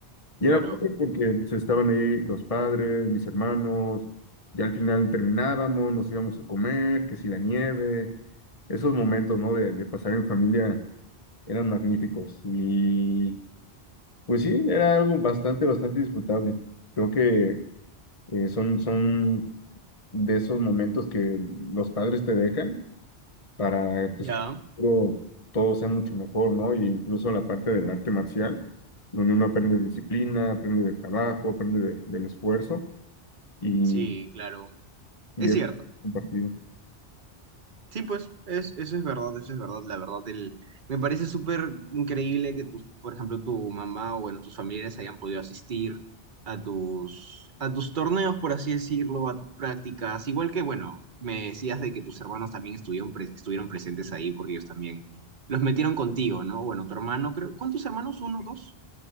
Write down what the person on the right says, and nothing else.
Claro,
ya,
sí, claro.
Es
cierto.
Sí, pues, es, eso es verdad, eso es verdad, la verdad, el, me parece súper increíble que tus, por ejemplo, tu mamá o bueno, tus familiares hayan podido asistir a tus, a tus torneos, por así decirlo, a tus prácticas, igual que, bueno, me decías de que tus hermanos también estuvieron, pre- estuvieron presentes ahí porque ellos también los metieron contigo, ¿no? Bueno, tu hermano, creo, ¿cuántos hermanos? ¿Uno, dos?